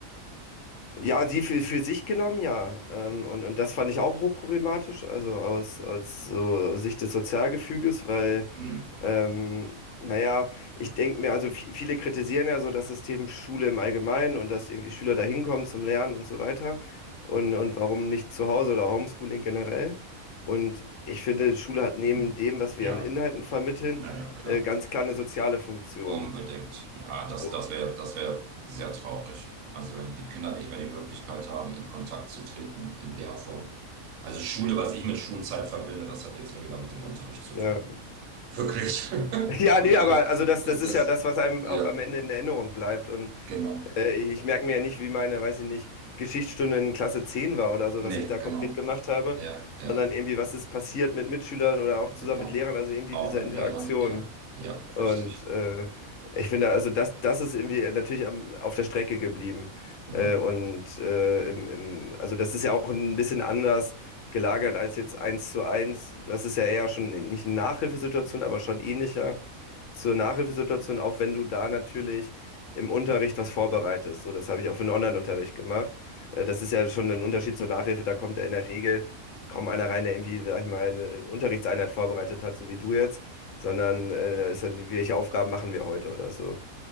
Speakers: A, on the left; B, on the right.
A: ja, die für, für sich genommen, ja. Ähm, und, und das fand ich auch hochproblematisch, also aus, aus so Sicht des Sozialgefüges, weil.
B: Hm,
A: Ähm, naja, ich denke mir, also vi- viele kritisieren ja so das System Schule im Allgemeinen und dass irgendwie Schüler da hinkommen zum Lernen und so weiter. Und, und warum nicht zu Hause oder Homeschooling generell? Und ich finde, Schule hat neben
B: hm.
A: dem, was wir
B: Ja,
A: an Inhalten vermitteln,
B: naja, klar.
A: äh, ganz klar eine soziale Funktion.
B: Unbedingt. Ja, das,
A: Oh,
B: das wäre, das wäre sehr traurig. Also wenn die Kinder nicht mehr die Möglichkeit haben, in Kontakt zu treten in der Form. Also Schule, was ich mit Schulzeit verbinde, das hat jetzt weniger mit dem Unterricht zu
A: Ja.
B: tun. Wirklich. <laughs>
A: <laughs> Ja,
B: Und
A: nee, aber
B: weil,
A: also das,
B: weil
A: das ist
B: das,
A: ja das, was einem
B: ja,
A: auch am Ende in Erinnerung bleibt. Und
B: genau.
A: Äh, ich merke mir ja nicht, wie meine, weiß ich nicht, Geschichtsstunde in Klasse 10 war oder so,
B: Nee,
A: was ich da
B: genau.
A: konkret gemacht habe,
B: Ja,
A: sondern
B: ja,
A: irgendwie, was ist passiert mit Mitschülern oder auch
B: genau.
A: zusammen mit Lehrern, also irgendwie
B: Auch
A: diese
B: mit
A: Interaktion.
B: Lehrern, ja, ja,
A: Und
B: richtig.
A: äh, ich finde, also das, das ist irgendwie natürlich am, auf der Strecke geblieben.
B: Hm.
A: Äh, und äh, im, im, also das ist ja auch ein bisschen anders gelagert als jetzt eins zu eins. Das ist ja eher schon nicht eine Nachhilfesituation, aber schon ähnlicher zur Nachhilfesituation, auch wenn du da natürlich im Unterricht was vorbereitest. So, das habe ich auch für den Online-Unterricht gemacht. Äh, Das ist ja schon ein Unterschied zur Nachhilfe. Da kommt ja in der Regel kaum einer rein, der irgendwie, sag ich mal, eine Unterrichtseinheit vorbereitet hat, so wie du jetzt, sondern äh, da ist dann, die- welche Aufgaben machen wir heute oder so.